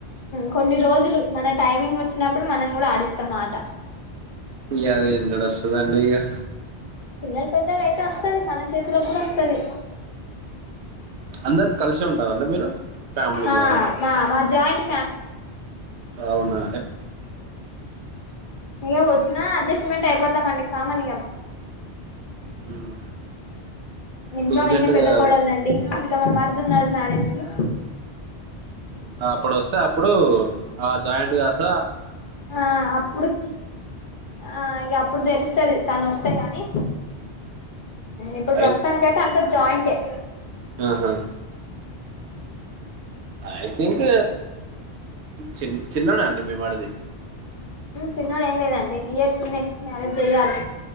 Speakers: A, on the left; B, on the right.
A: కొన్ని రోజులు మన టైమింగ్ వచ్చినప్పుడు మనం కూడా ఆడిస్తాం మాట
B: ఇ అద ఎంటడ వస్తుత అంటకా
A: పిల్లల పందక అయితే వస్తుది మన చేతిలో కూడా వస్తుది
B: అందరు కలిసి ఉంటారుంటే మీరు ఫ్యామిలీ
A: ఆ
B: వాళ్ళు
A: మా మా జాయింట్
B: కావున
A: ఇకా వచ్చిన అద ఎక్స్మెంట్ అయిపోతామండి కామని
B: మ్
A: ఇంట్లో
B: డీసెంట్గా
A: నేనే పెద్ద కోడలుండి ఇంకా మా మరదు ఉన్నారు మ్యారేజ్ ఇ
B: అప్పుడు వస్తే అప్పుడు ఆ జాయింట్గాస
A: ఆ అప్పుడు ఆ ఇక అప్పుడు తెలుస్తుది తను వస్త వస్తే నీ ఇప్పుడు
B: అయి
A: ప్రస్తుతానికి అయితే అంత జాయింట్టే
B: ఆహా ఐ థింక్ చి చిన్నోడా అండి మీ మరిది
A: చిన్నడు ఏం లేదండి ఇయర్స్ ఉన్నాయి మ్యారేజ్ చెయ్యాలి